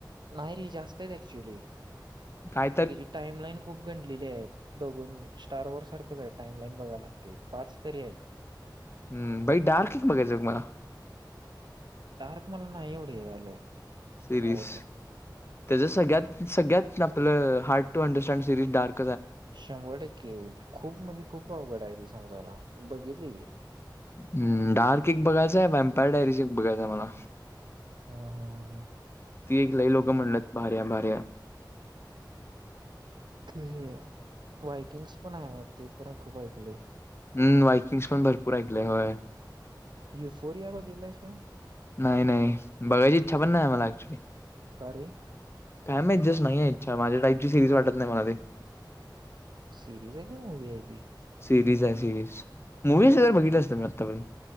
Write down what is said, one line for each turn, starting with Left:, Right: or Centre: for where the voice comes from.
Right: नाही र जास्त आहेत ऍक्च्युली
Left: <inaudible>
Right: <inaudible>
Left: काय
Right: तिची टाइम लाईन खूप गडलेली आहे बघून स्टार वॉर सारखंच आहे टाइमलाईन बघायला <inaudible> ते पाच तरी आहेत
Left: <inaudible> हम् बाई डार्क एक बघायचं मला
Right: <inaudible> टार्क मला नाही एवढे झालं.
Left: <inaudible> सिरीस
Right: आवडलं
Left: <inaudible> त्याच सगळ्यात सगळ्यात आपलं hard to understand series dark.
Right: <inaudible> शंभर टक्के खूप म्हणजे खूप अवघड आहे त समजायला बघितली र.
Left: <inaudible> म डार्क एक बघायचंय वम पडरी बघायच आहे मला
Right: हा हा हा
Left: ती एक ल लो <inaudible> भारी भारी.
Right: कि वायकिंग्स पण आहे ते पण खूप ऐकले.
Left: हम्म वाईकिंग्स पण भरपूर ऐकले होय.
Right: युफोरिया व गेलास.
Left: नाही नाही बघायची इचछा पण नाही मला ऍक्च्युली.
Right: का रे?
Left: काय म डजस्ट नाही इच्छा माझ्या टाईपची सिरीज वाटत नाही मला ते
Right: सिरीज आहे काय मूवी आहे ती
Left: सिरीज आहे सिरीज मूवी सगर बघितलंसत मी आता पण